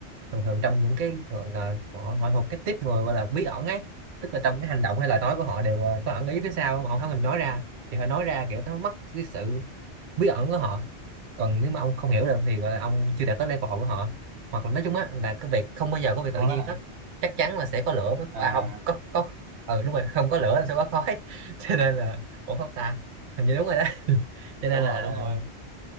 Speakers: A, on the right (about 50°); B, on the right (about 80°).
A: thường thường trong những cái gọi là họ, họ thuộc cái tiếp người gọi là bí ẩn ấy tức là trong cái hành động hay lời nói của họ đều ờ, có ẩn ý phía sau mà họ không thèm nói ra thì họ nói ra kiểu nó mất cái sự bí ẩn của họ còn nếu mà ông không hiểu được thì gọi là ông chưa đạt tới level của họ hoặc là nói chung á là cái việc không bao giờ có việc
B: luôn
A: tự nhiên
B: á hả
A: hết chắc chắn là sẽ có lửa mới
B: à
A: à không có có ừ đúng rồi không có lửa làm sao có khói <laughs> cho nên là ủa không ta hình như đúng rồi đó <laughs> cho nên
B: đúng
A: là
B: rồi đúng rồi